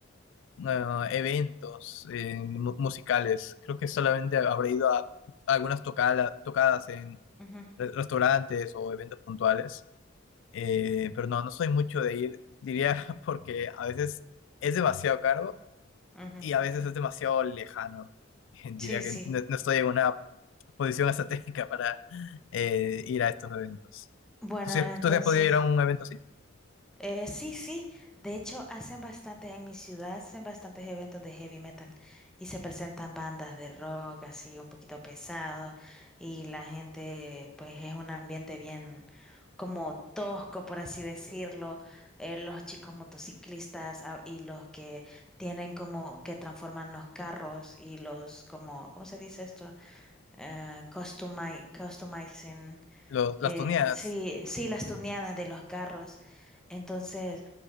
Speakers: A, on the left; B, in the centre.
A: a eventos eh, mu- musicales. Creo que solamente habré ido a algunas tocala- tocadas en
B: Ujú,
A: re- restaurantes o eventos puntuales. Eh, pero no, no soy mucho de ir, diría, <laughs> porque a veces es demasiado caro
B: ujú.
A: y a veces es demasiado lejano. <laughs> Diría
B: Sí, sí.
A: que no, no estoy en una posición <laughs> estratégica para eh, ir a estos eventos.
B: Bueno,
A: ¿Tú, sí-
B: entonces...
A: tú te has podido ir a un evento así?
B: Eh, sí, sí. De hecho, hacen bastante, en mi ciudad hacen bastantes eventos de heavy metal y se presentan bandas de rock así un poquito pesado y la gente, pues es un ambiente bien como tosco, por así decirlo. Eh, los chicos motociclistas ah, y los que tienen como que transforman los carros y los como, ¿cómo se dice esto? Eh, customi- customizing.
A: Lo- las
B: eh,
A: tuneadas.
B: sí, sí, las tuneadas de los carros. Entonces,